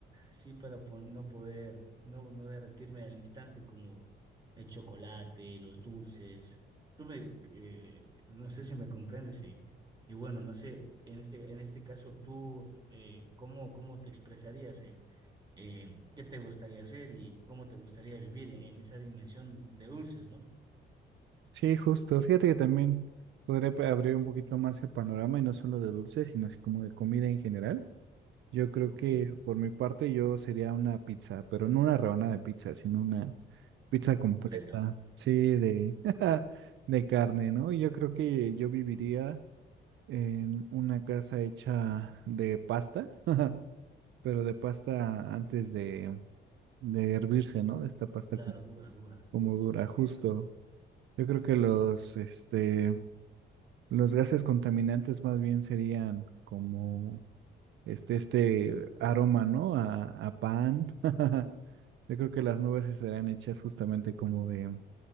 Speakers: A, on the right; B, on the right.
A: Sí, para po- no poder, no, no derretirme al instante como el chocolate, los dulces. Tú me, eh, no sé si me comprendes y, y bueno, no sé, en este, en este caso tú, eh, ¿cómo, cómo te expresarías? eh? Eh, ¿qué te gustaría hacer y cómo te gustaría vivir en, en esa dimensión de dulces, ¿no?
B: Sí, justo. Fíjate que también podría pa- abrir un poquito más el panorama y no solo de dulces, sino así como de comida en general. Yo creo
A: ¿Ok?
B: que por mi parte yo sería una pizza, pero no una rebanada de pizza, sino una pizza completa,
A: Completa.
B: sí, de, <laughs> de carne, ¿no? Y yo creo que yo viviría en una casa hecha de pasta, <laughs> pero de pasta antes de, de hervirse, ¿no? De esta pasta
A: Claro,
B: co-
A: dura, dura.
B: como dura,
A: Entiendo.
B: justo. Yo creo que los, este, los gases contaminantes más bien serían como este, este aroma, ¿no? A, a pan. <laughs> Yo creo que las nubes sí serán hechas justamente como de,